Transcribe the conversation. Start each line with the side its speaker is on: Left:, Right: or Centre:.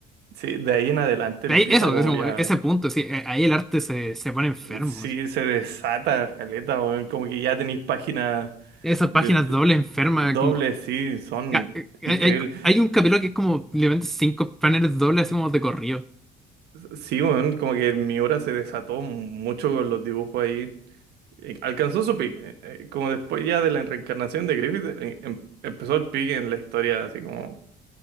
Right: Sí, de ahí en adelante
Centre: De
Right: empieza
Centre: Ahí- Eso,
Right: como
Centre: es como
Right: ya,
Centre: ese punto, sí. eh, Ahí el arte se, se pone enfermo.
Right: sí, se desata caleta, weón, como que ya tenéis páginas
Centre: Esas
Right: de
Centre: páginas dobles enfermas,
Right: dobles,
Centre: como.
Right: sí, son
Centre: ca- eh,
Right: increíbles.
Centre: Hay, hay un capítulo que es como literalmente cinco paneles dobles, así como de corrido.
Right: Sí, weón, como que mi obra se desató mucho con los dibujos ahí. Eh, Alcanzó su pique, eh, eh, como después ya de la reencarnación de Griffith, eh, em- empezó el pique en la historia, así como...